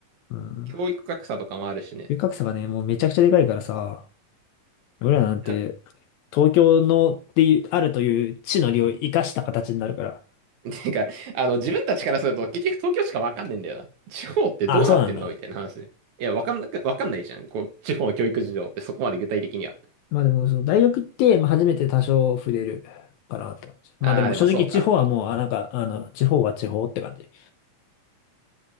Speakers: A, on the left (about 80°); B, on the right (about 70°).
A: うん
B: 教育格差とかもあるしね。
A: 龍角さがね、もうめちゃくちゃでかいからさ、俺らなんて、
B: あ
A: 東京のっていう、あるという地の利を生かした形になるから。
B: <laughs> てか、あの、自分たちからすると結局東京しかわかんねえんだよな。地方ってどうなってんのみたいな話ね。
A: ああ、そうなんだ。
B: いや、わかんなく、わかんないじゃん。こう、地方の教育事情ってそこまで具体的には。
A: まあでも、そう、大学行って、まあ初めて多少触れるかなって感じ。まあでも正直地方はもう、
B: ああ、でもそうか。
A: あ、なんか、あの、地方は地方って感じ。